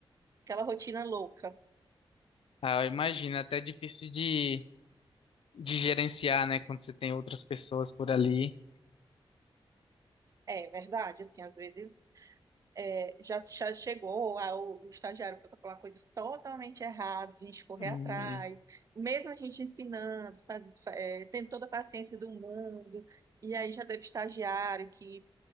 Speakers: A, on the right; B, on the left.
A: aquela rotina louca.
B: Ah, eu imagino, é até difícil de, de gerenciar, né, quando você tem outras pessoas por ali.
A: É verdade, assim, às vezes já, já chegou ah, o, o estagiário protocolar coisas totalmente erradas, a gente correr
B: Hum,
A: atrás, mesmo a gente ensinando, faz, fa- eh, tendo toda a paciência do mundo, e aí já teve estagiário que